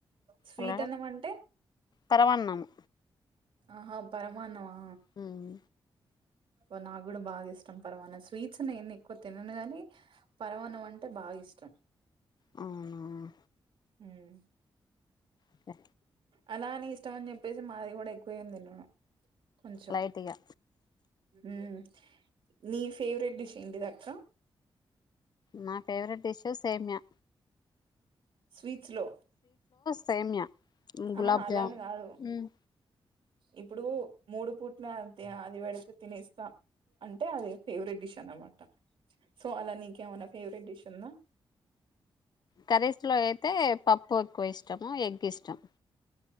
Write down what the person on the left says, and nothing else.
అలా
తరవన్నము
హుమ్
అవునా.
ఓకే
లైట్గా
నా ఫేవరెట్ డిష్షు సేమియా.
సేమ్యా
గులాబ్
జామ్
ఉమ్,
కర్రీస్ లో అయితే పప్పు ఎక్కువ ఇష్టము. ఎగ్ ఇష్టం.